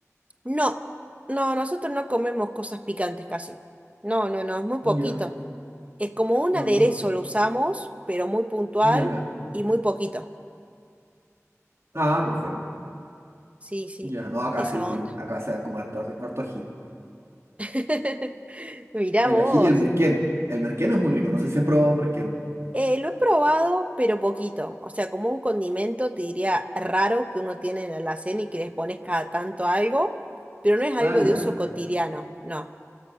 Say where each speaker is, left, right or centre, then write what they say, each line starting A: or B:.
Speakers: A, on the right; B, on the right.
A: no, no, nosotros no comemos cosas picantes casi. No, no, no, es muy poquito.
B: Ya,
A: Es como un
B: ah,
A: aderezo lo usamos, pero muy puntual
B: ya.
A: y muy poquito.
B: Ah, perfecto.
A: Sí, sí,
B: Ya, no, acá
A: esa
B: sí,
A: onda.
B: acá se da como harto, harto ají.
A: <laughs> Mirá
B: El
A: vos.
B: ají y el merquén. El merquén es muy rico, no sé si has probado merquén.
A: Eh, lo he probado, pero poquito. O sea, como un condimento, te diría raro que uno tiene en la cena y que les pones cada tanto algo, pero no es algo
B: Ah, ya.
A: de uso cotidiano. No,